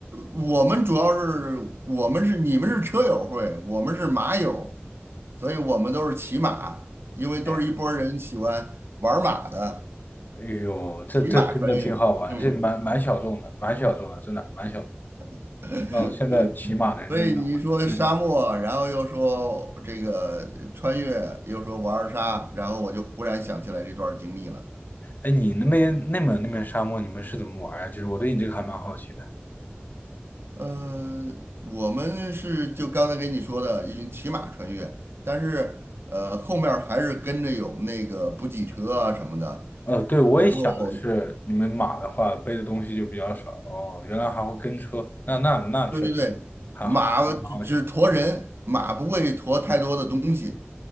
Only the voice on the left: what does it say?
哎，哎呦，这这真的挺好玩，
这蛮蛮小众的，蛮小众的，真的蛮小众
嗯，哦现在骑马的人真的我认识。
哎，你那边内蒙那边沙漠，你们是怎么玩呀？就是我对你这个还蛮好奇的。
呃，对，我也想的是，
你们马的话背的东西就比较少哦。原来还会跟车，那那那确实
还好，
那蛮好想。